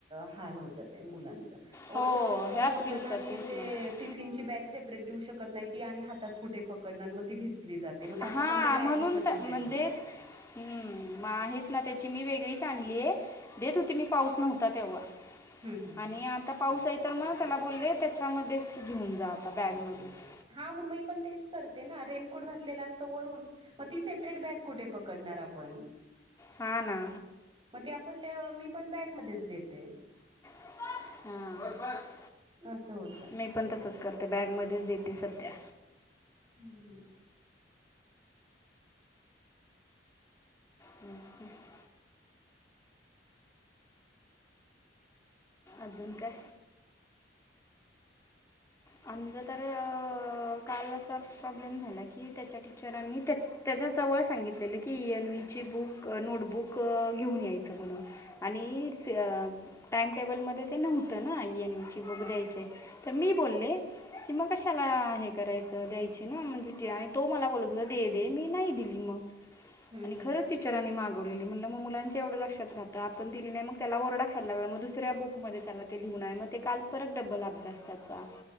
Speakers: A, on the right (about 30°); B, on the left (about 15°).
A: हाल होतात मुलांचे. वॉटर
B: हो ह्याच
A: बॉटल
B: दिवसात
A: आणि आणि
B: तेच
A: ते.
B: ना
A: टिफिनची बॅग सेपरेट देऊ शकत नाही, ती आणि हातात कुठे पकडणार मग ती भिजली जाते. मग त्यामुळे
B: हा
A: आपण ते बॅगमध्येच
B: म्हणून त्या म्हणजे.
A: देतो
B: हम्म मग आहेच ना तेची मी, वेगळीच आणलीय देत होती मी पाऊस नव्हता तेव्हा.
A: हम्म हम्म
B: आणि आता पाऊस आहे तर मग त्याला बोलले, त्याच्यामध्येच घेऊन जा आता बॅगमध्येच.
A: हा मग मी पण तेच करते ना रेनकोट घातलेला असतो वरून, मग ती सेपरेट बॅग कुठे पकडणार आपण.
B: हां ना
A: मग ते आपण, त्या मी पण बॅग मध्येच देते.
B: <unintelligible> हा बस बस
A: असं होतं.
B: मी पण तसंच करते, बॅगमध्येच देते सध्या.
A: हम्.
B: हं ह. <inaudible> अजून काय? आमचं तर काल असा प्रॉब्लेम झाला की, त्याच्या टीचरांनी त्या त्याच्या जवळ सांगितलेलं की यांनवी ची बुक नोटबुक घेऊन यायचं म्हणून. आणि अस टाइम टेबलमध्ये ते नव्हतं ना एन यूची बुक द्यायचे तर. मी बोलले. कि मग कशाला हे करायचं द्यायची ना, म्हणजे आणि तो मला बोलत होता दे दे मी नाही दिली मग.
A: हम्म
B: आणि
A: हम्म
B: खरंच ति टीचर आणि मागवलेली म्हटलं, मग मुलांच्या एवढं लक्षात राहतं आपण दिली नाही मग त्याला ओरडा खायला लागला, मग दुसऱ्या बुकमध्ये त्याला ते लिहून आहे, मग ते काल परत डबल अभ्यास त्याचा.